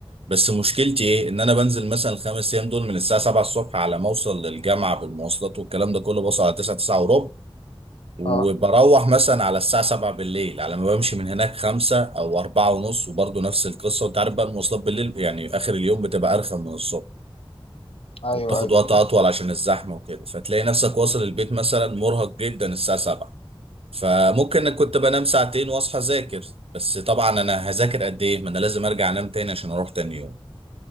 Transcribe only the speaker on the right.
بس مشكلتي إيه؟ إن أنا بنزل مثلا الخمس أيام دول من الساعة 7 الصبح على ما أوصل للجامعة بالمواصلات والكلام ده كله بوصل على 9 9 وربع وبروح
مثلا على الساعة 7 بالليل على ما بمشي من هناك 5 أو 4 ونص وبرضه نفس القصة وأنت عارف بقى المواصلات بالليل يعني آخر اليوم بتبقى أرخم من الصبح.
وبتاخد
وقت أطول عشان الزحمة وكده فتلاقي نفسك واصل البيت مثلا مرهق جدا الساعة 7 فممكن كنت بنام ساعتين واصحى اذاكر بس طبعا انا هذاكر قد ايه ما انا لازم ارجع انام تاني عشان اروح تاني يوم